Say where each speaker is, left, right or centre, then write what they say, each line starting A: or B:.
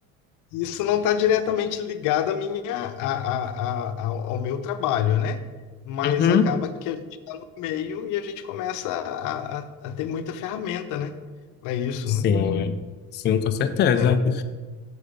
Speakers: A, on the left; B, on the left.
A: isso não tá diretamente ligado à minha, a, a, a, ao ao meu trabalho, né? Mas
B: uhum,
A: acaba que a gente está no meio e a gente começa a, a, a ter muita ferramenta, né? Para isso,
B: sim,
A: né?
B: sim, com certeza.
A: É.